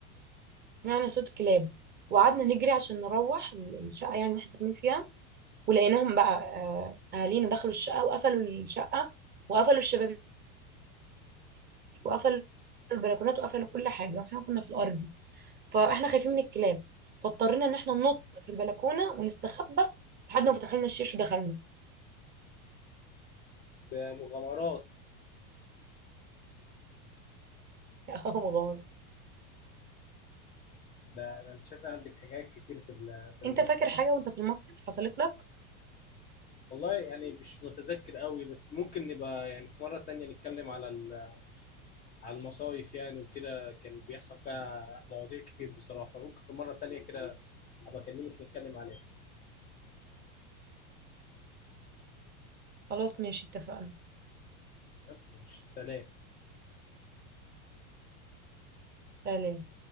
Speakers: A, on the right; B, on the left.
A: وسمعنا صوت كلاب وقعدنا نجري عشان نروح الشقه يعني اللي احنا ساكنين فيها ولقيناهم بقى آه، اهالينا دخلوا الشقه وقفلوا الشقه وقفلوا الشبابيك وقفلوا البلكونات وقفلوا كل حاجه واحنا كنا في الارضي فاحنا خايفين من الكلاب فاضطرينا ان احنا ننط في البلكونه ونستخبى لحد ما فتحوا لنا الشيش ودخلنا
B: بمغامرات
A: <laughs> يا مغامر
B: ده ده انت شكلك عندك حاجات كتير في ال- في المصيف
A: انت فاكر حاجه وانت في المصيف حصلت لك
B: والله يعني مش متذكر قوي بس ممكن نبقى يعني في مرة تانية نتكلم على ال- على المصايف يعني وكده كان بيحصل فيها مواضيع كتير بصراحة فممكن في مرة تانية كده أبقى أكلمك نتكلم عليها
A: خلاص ماشي اتفقنا
B: تمام ماشي سلام
A: سلام